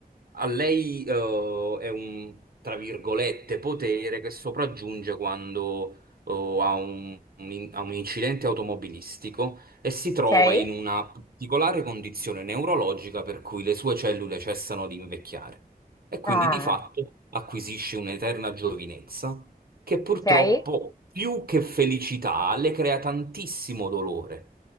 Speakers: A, on the right; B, on the left.
A: a lei eh, è un, tra virgolette, potere che sopraggiunge quando eh, ha un, un in- ha un incidente automobilistico e si trova
B: ok.
A: in una particolare condizione neurologica per cui le sue cellule cessano di invecchiare e quindi
B: Ah,
A: di fatto acquisisce un'eterna giovinezza che purtroppo
B: ok.
A: più che felicità le crea tantissimo dolore.